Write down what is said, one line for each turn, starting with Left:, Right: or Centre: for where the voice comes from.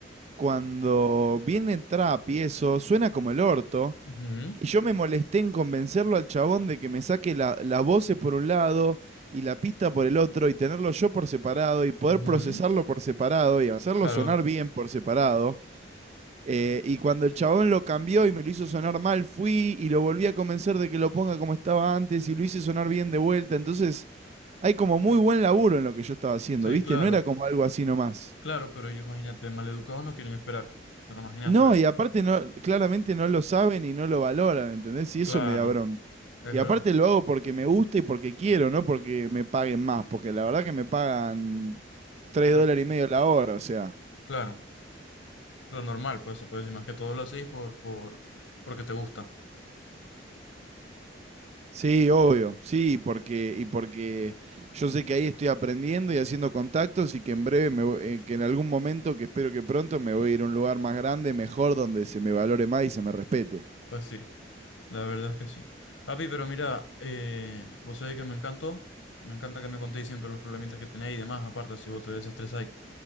Right: cuando viene trap y eso suena como el orto
Left: Ujú,
Right: y yo me molesté en convencerlo al chabón de que me saque la- las voces por un lado y la pista por el otro y tenerlo yo por separado y poder
Left: ujú,
Right: procesarlo por separado y hacerlo
Left: Claro,
Right: sonar bien por separado. Eh, y cuando el chabón lo cambió y me lo hizo sonar mal, fui y lo volví a convencer de que lo ponga como estaba antes y lo hice sonar bien de vuelta. Entonces, hay como muy buen laburo en lo que yo estaba haciendo,
Left: sí,
Right: ¿viste?
Left: claro,
Right: No era
Left: p-
Right: como algo así nomás.
Left: claro, pero ellos, imagínate, maleducados no quieren esperar. Pero imagínate,
Right: No,
Left: men.
Right: y aparte no, claramente no lo saben y no lo valoran, ¿entendés? Y
Left: Claro,
Right: eso me da bronca.
Left: es
Right: Y
Left: verdad.
Right: aparte lo hago porque me gusta y porque quiero, no porque me paguen más, porque la verdad que me pagan 3
Left: Pero,
Right: dólares y medio la hora, o sea.
Left: claro, lo normal, pues se puede decir más que todo lo hacéis por, por, porque te gusta.
Right: Sí, obvio, sí, porque, y porque yo sé que ahí estoy aprendiendo y haciendo contactos y que en breve, me, vo- eh, que en algún momento, que espero que pronto, me voy a ir a un lugar más grande, mejor, donde se me valore más y se me respete.
Left: Pues sí, la verdad es que sí. Papi, pero mira, eh, vos sabés que me encantó. Me encanta que me contéis siempre los problemitas que tenéis y demás, aparte si vos te desestresáis.